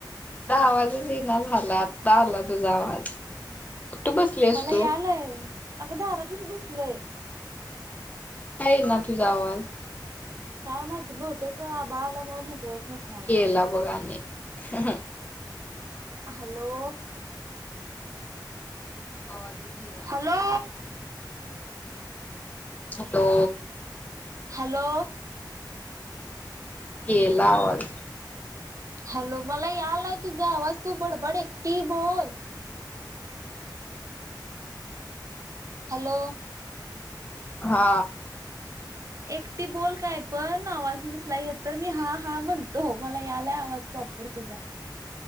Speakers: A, on the left (about 20°); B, on the right (about 45°).
A: आवाजच ईना झाला. आता आला तुझा आवाज. कुठं बसलीस
B: मला
A: तू
B: यालाय. अगं दारातच बसलय.
A: कसा काय इना तुझा, आवाज?
B: काय माहिती. बहुतेक अ आभाळ आल्यामुळ, नेटवर्क नस
A: गेला बघ आणि. <unintelligible>
B: हॅलो.
A: आवाजच ईना.
B: हॅलो.
A: हॅलो.
B: हॅलो.
A: गेला आवाज.
B: हॅलो. मला यालाय तुझा आवाज. तू बडबड, एकटी बोल. हॅलो.
A: हा.
B: एकटी बोल काय पण. आवाज नसला येत तर मी हा, हा म्हणतो. मला यालाय आवाज प्रॉपर तुझा.